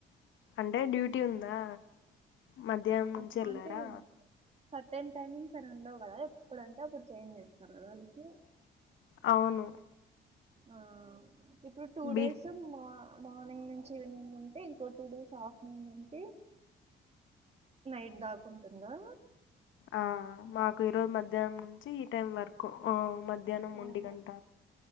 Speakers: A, on the left; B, on the right.
A: అంటే డ్యూటీ ఉందా మధ్యాహ్నం
B: ఓహో
A: నుంచి వెళ్ళారా
B: అంటే సర్టెన్ టైమింగ్స్ అని ఉండవు కదా ఎప్పుడంటే అప్పుడు చేంజ్ చేస్తారు కదా వాళ్ళకి
A: అవును
B: ఆ ఇప్పుడు టూ
A: బి
B: డేస్ మొన్న మార్నింగ్ నుంచి ఈవెనింగ్ ఉంటే ఇంకో టూ డేస్ ఆఫ్టర్నూన్ ఉంటే నైట్ దాకా ఉంటుందా
A: ఆ మాకు ఈరోజు మధ్యాహ్నం నుంచి ఈ టైం వరకు మధ్యాహ్నం
B: ఓహో
A: ఒంటి గంట